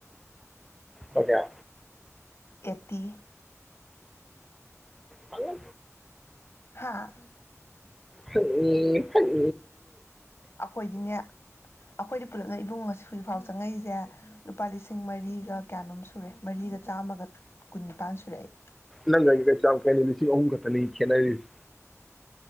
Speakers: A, in the centre; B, on the left.
A: ꯑꯣ
B: ꯑꯦꯠꯇꯤ
A: ꯍꯂꯣ
B: ꯍꯥꯥ
A: ꯎꯝ
B: ꯑꯩꯈꯣꯏꯗꯤꯅꯦ ꯑꯩꯈꯣꯏꯗꯤ ꯄꯨꯂꯞꯅ ꯏꯕꯨꯡꯉ ꯑꯁꯤ ꯍꯧꯖꯤꯛꯐꯥꯎ ꯆꯪꯉꯩꯁꯦ ꯂꯨꯄꯥ ꯂꯤꯁꯤꯡ ꯃꯔꯤꯒ ꯀꯌꯥꯅꯣꯝ ꯁꯨꯔꯦ ꯃꯔꯤꯒ ꯆꯥꯝꯃꯒ ꯀꯨꯟꯅꯤꯄꯥꯟ ꯁꯨꯔꯦ ꯑꯩ
A: ꯅꯪꯒꯥꯥꯏ ꯀꯩ ꯆꯥꯎ ꯀꯩꯅ ꯁꯤ ꯑꯍꯨꯝ ꯈꯛꯇꯅꯤ ꯈꯦꯅꯔꯤꯁꯤ